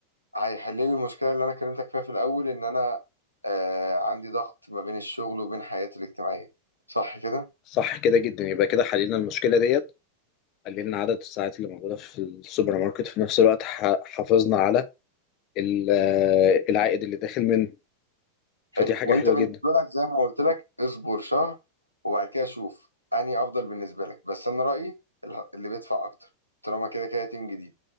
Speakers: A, on the right; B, on the left.
A: هيحل لي المشكله اللي انا كلمتك فيها في الاول ان انا آه عندي ضغط ما بين الشغل وبين حياتي الاجتماعيه صح كده
B: صح كده جدا يبقى كده حلينا المشكلة ديت قللنا عدد الساعات اللي موجودة في السوبر ماركت في نفس الوقت ح- حافظنا على ال- العائد اللي داخل منه فدي
A: حلو
B: حاجة
A: وانت
B: حلوة
A: بالنسبه
B: جدا
A: لك زي ما قلت لك اصبر شهر وبعد كده شوف انهي افضل بالنسبه لك بس انا رايي اله- اللي بيدفع اكتر طالما كده كده تيم جديد